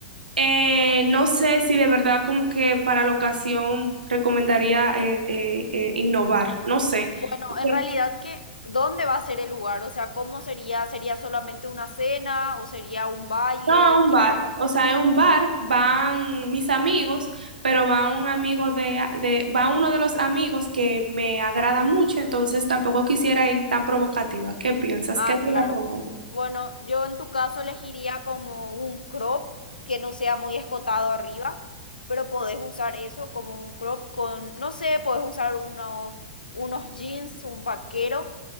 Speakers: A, on the right (about 80°); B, on the left (about 80°).
A: eh, no sé si de verdad como que para la ocasión recomendaría eh, eh, eh, innovar, no sé.
B: Bueno,
A: Porque,
B: en realidad que, ¿dónde va a ser el lugar? O sea, ¿cómo sería? ¿Sería solamente una cena o sería un baile?
A: No, a un
B: ¿Qué
A: bar,
B: más o
A: o
B: menos?
A: sea, en un bar van mis amigos, pero va un amigo de, de, va uno de los amigos que me agrada mucho, entonces tampoco quisiera ir tan provocativa. ¿Qué piensas?
B: Ah,
A: ¿Qué debería
B: claro.
A: poner?
B: Bueno, yo en tu caso elegiría como un crop que no sea muy escotado arriba, pero podés usar eso como un crop con, no sé, podés usar unos, unos jeans, un vaquero,